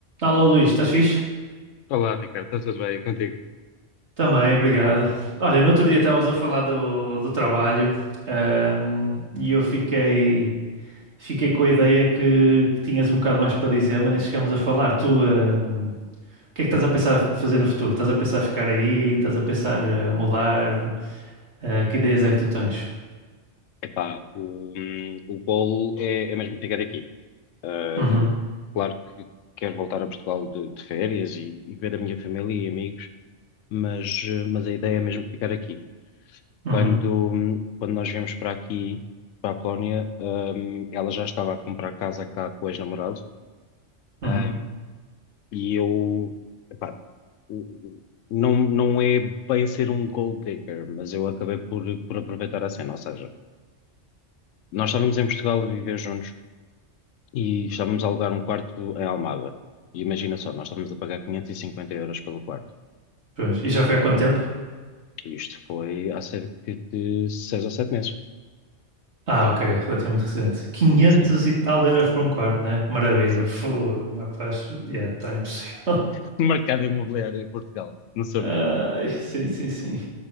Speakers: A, on the right; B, on the left.
A: Alô Luís, estás fixe?
B: Olá, Ricardo, está tudo bem contigo?
A: Também, obrigado. Olha, no outro dia estávamos a falar do, do trabalho, ahm, e eu fiquei, fiquei com a ideia que, que tinhas um bocado mais para dizer, mas nem chegámos a falar. Tu, ahm, o que é que estás a pensar fazer no futuro? Estás a pensar ficar aí? Estás a pensar eh, mudar? Eh, que ideias é que tu tens?
B: Epá, o, hum, o golo é, é mesmo ficar aqui. Hum,
A: Uhum,
B: Claro que quero voltar a Portugal de, de férias e, e ver a minha família e amigos, mas, eh, mas a ideia é mesmo ficar aqui.
A: uhum,
B: Quando, hum, quando nós viemos para aqui, para a Polónia, hum, ela já estava a comprar casa cá com o ex-namorado,
A: uhum.
B: hum, e eu, epá, o- o- não, não é bem ser um gold digger, mas eu acabei por, por aproveitar a cena, ou seja. Nós estávamos em Portugal a viver juntos e estávamos a alugar um quarto em Almada. E imagina só, nós estávamos a pagar 550 euros pelo quarto.
A: Pois. E já foi há quanto tempo?
B: E isto foi há cerca de seis ou sete meses.
A: Ah, ok, relativamente recente. Quinhentos
B: Sim,
A: e tal euros por um quarto, né? Maravilha.
B: exato.
A: Fogo, rapaz, yeah, está impossível.
B: <laughs> Mercado imobiliário em Portugal, não sou
A: Ai,
B: melhor.
A: sim, sim, sim.